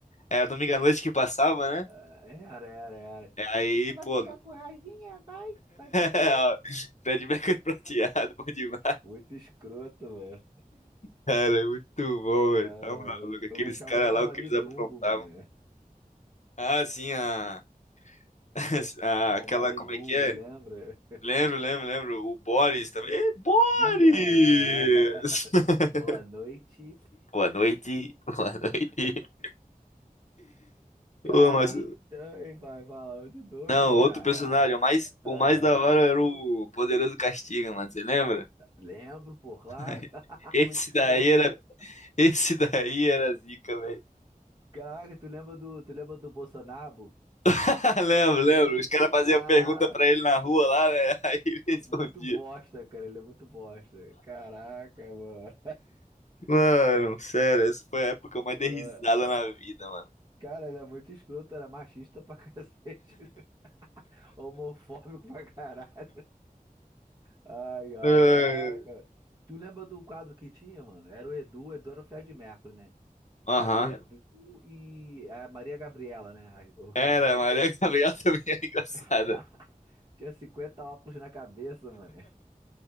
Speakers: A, on the left; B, on the right.
A: era domingo à noite que passava, né?
B: Ah, Era, era, era.
A: É, Aí,
B: E você vai
A: pô.
B: ficar
A: <laughs>
B: com raivinha? Vai? Vai ficar?
A: ó, Fred Mercury prateado, bom demais.
B: Muito escroto, mano.
A: Cara, é muito bom, velho.
B: Ah,
A: Tá maluco.
B: eu,
A: Aqueles
B: eu gostava
A: caras
B: do Almari
A: lá, o que eles
B: Dumbo,
A: aprontavam.
B: mano.
A: Ah, sim, a, <laughs> a-
B: O
A: aquela,
B: Almari
A: como
B: Dumbo,
A: é que é?
B: lembra?
A: Lembro, lembro, lembro. O Boris também. Ê, Boris!
B: <laughs> Bi, é, é, é.
A: <laughs>
B: <laughs> Boa noite.
A: Boa noite, boa noite.
B: Cara,
A: Ô, mas...
B: e ai, vai falar, muito doido,
A: Não,
B: cara.
A: outro personagem, o mais, o
B: Ah,
A: mais da hora era o Poderoso Castiga, mano, você lembra?
B: lembro, pô, claro.
A: <laughs>
B: <laughs>
A: Esse
B: Muito escroto.
A: daí era, esse daí era zica, velho.
B: Cara, tu lembra do, tu lembra do Bolsonaro?
A: <laughs> Ah, Lembro, lembro.
B: Muito,
A: Os caras faziam
B: cara
A: pergunta pra ele na rua lá, né? <laughs> Aí ele respondia.
B: Muito bosta, cara. Ele é muito bosta. Caraca, mano.
A: Mano, sério, essa foi a época que eu mais dei
B: Ah,
A: risada na vida, mano.
B: Cara, ele é muito escroto, era machista pra <laughs> cacete, homofóbico pra caralho. Ai, ai,
A: É.
B: caraca. Tu lembra do quadro que tinha, mano? Era o Edu, o Edu era o Fred Mercury, né?
A: Aham.
B: Era o Edu e a Maria Gabriela, né? O-
A: Era, a Maria Gabriela <laughs> também era engraçada.
B: <laughs> Tinha 50 óculos na cabeça, mano.